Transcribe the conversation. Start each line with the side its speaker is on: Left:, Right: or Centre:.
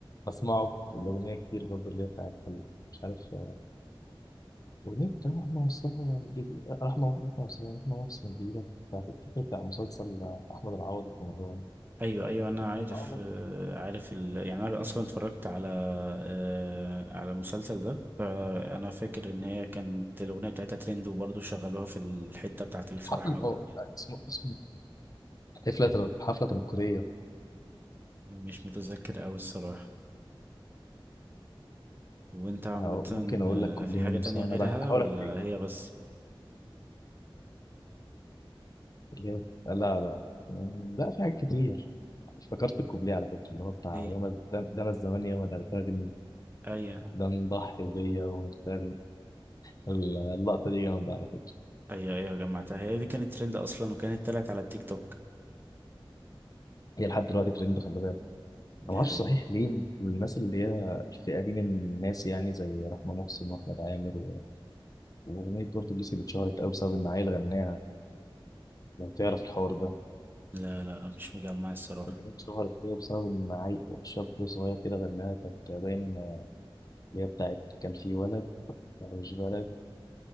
Left: فبسمعه الأغنية كتير برضه اللي هي بتاعت مش عارف ونبدأ أحمد مصطفى الجديد رحمة أحمد مصطفى رحمة مصطفى الجديدة بتاعت الفكرة بتاع مسلسل أحمد العوضي في رمضان
Right: ايوه ايوه انا عارف
Left: آه،
Right: آه، عارف ال... يعني انا اصلا اتفرجت على آه، على المسلسل ده فانا فاكر ان هي كانت الاغنية بتاعتها ترند وبرضه شغلوها في الحتة بتاعت الفرح
Left: حفلة
Right: اول
Left: اه اسمه اسمه حفلة تل- حفلة تنكرية
Right: مش متذكر اوي الصراحة وانت عامة
Left: أه، ممكن أقول
Right: آه،
Left: لك كوبليه
Right: في حاجة
Left: من المساواة
Right: تانية غيرها
Left: بقى أنا بحاول
Right: ولا
Left: أفتكر
Right: هي بس
Left: اللي هي لا لا يعني لا في حاجات كتير افتكرت الكوبليه على فكرة اللي هو بتاع
Right: ايه
Left: ياما ده ده أنا الزمان ياما ده ارتبني
Right: ايوه
Left: ده مضحي بيا ومش فاهم اللقطة دي جامدة على فكرة
Right: ايوه ايوه جمعتها هي دي كانت ترند اصلا وكانت طلعت على التيك توك
Left: هي لحد دلوقتي ترند خلي بالك
Right: دي
Left: ما اعرفش
Right: حقيقة
Left: صحيح ليه الناس اللي هي الفئه دي من الناس يعني زي رحمه محسن واحمد عامر و- واغنيه برضه ليسي اللي اتشهرت قوي بسبب ان عيل غناها لو تعرف الحوار ده
Right: لا لا مش مجمع الصراحة
Left: وكانت اتشهرت كده بسبب ان عيل شاب صغير كده غناها كانت باين اللي هي بتاعت كان في ولد مش بلد